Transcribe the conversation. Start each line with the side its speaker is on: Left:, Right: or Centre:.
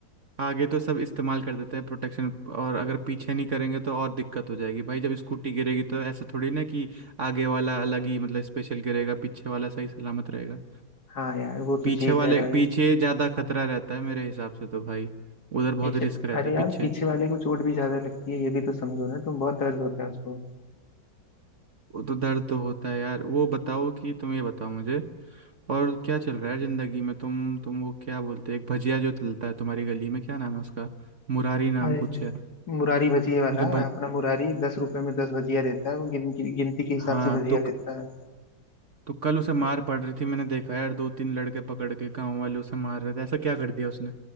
Right: आगे तो सब इस्तेमाल कर देते हैं प्रोटेक्शन और अगर पीछे नहीं करेंगे तो और दिक्कत हो जाएगी भाई जब स्कूटी गिरेगी तो ऐसा थोड़ी ना कि आगे वाला अलग ही मतलब स्पेशल गिरेगा पीछे वाला सही सलामत रहेगा
Left: हाँ यार वो
Right: पीछे
Left: तो चीज
Right: वाले
Left: है भाई
Right: पीछे ज्यादा खतरा रहता है मेरे हिसाब से तो भाई उधर बहुत
Left: पीछे
Right: रिस्क रहता
Left: अरे
Right: है
Left: यार
Right: पीछे
Left: पीछे वाले को चोट भी ज्यादा लगती है ये भी तो समझो ना तुम बहुत दर्द होता है उसको
Right: वो तो दर्द तो होता है यार वो बताओ कि तुम ये बताओ मुझे और क्या चल रहा है जिंदगी में तुम तुम वो क्या बोलते हैं एक भजिया जो चलता है तुम्हारी गली में क्या नाम है उसका मुरारी नाम
Left: अरे
Right: कुछ है
Left: मुरारी भजिए वाला
Right: जो भज
Left: अपना मुरारी दस रुपए में दस भजिया देता है वो गिन, गिनती के हिसाब
Right: हाँ
Left: से भजिया
Right: तो क-
Left: देता है
Right: तो कल उसे मार पड़ रही थी मैंने देखा यार दो तीन लड़के पकड़ के गांव वाले उसे मार रहे थे ऐसा क्या कर दिया उसने